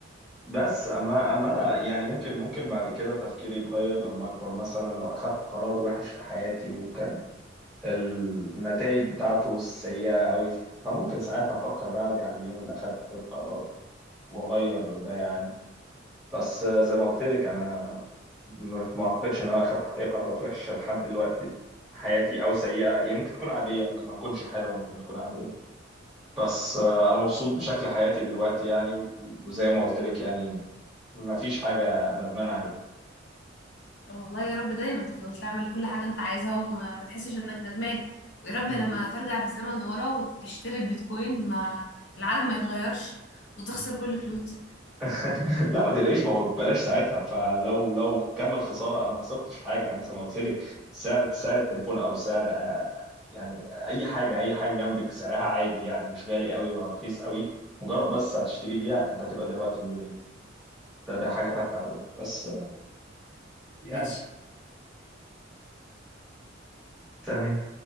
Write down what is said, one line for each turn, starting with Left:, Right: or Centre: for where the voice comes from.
Centre: بس اما اما انا يعني ممكن ممكن بعد كده تفكيري يتغير لما اكبر مثلا لو اخدت قرار وحش في حياتي وكان النتائج بتاعته سيئه قوي فممكن ساعتها افكر ان أنا ارجع لليوم اللي اخدت فيه القرار واغير ده يعني بس آه، زي ما قلت لك انا ما ما اعتقدش ان انا اخدت اي قرارات وحشه لحد دلوقتي في حياتي او سيئه هي ممكن تكون عاديه ممكن ما تكونش حلوه ممكن تكون عاديه بس آه، انا مبسوط بشكل حياتي دلوقتي يعني و- وزي ما قلت لك يعني ما فيش حاجه ندمان عليها
Left: طب والله يا رب دايما تفضل تعمل كل حاجة انت عايزها وما ما تحسش انك ندمان ويا رب
Centre: <laughs>
Left: لما ترجع بالزمن لورا وتشتري البيتكوين ما العالم ما يتغيرش وتخسر كل فلوسك
Centre: <laughs> لا ما تقلقيش ما هو بلاش ساعتها فلو لو كمل خساره انا ما خسرتش حاجه انا زي ما قلت لك سعر سعر التليفون او سعر آه، يعني اي حاجه اي حاجه جنبك سعرها عادي يعني مش غالي قوي ولا رخيص قوي مجرد بس هتشتري بيها انت هتبقى دلوقتي مليونير ده ده حاجه تافهه قوي بس آه، يعني
Left: ماشي
Centre: تمام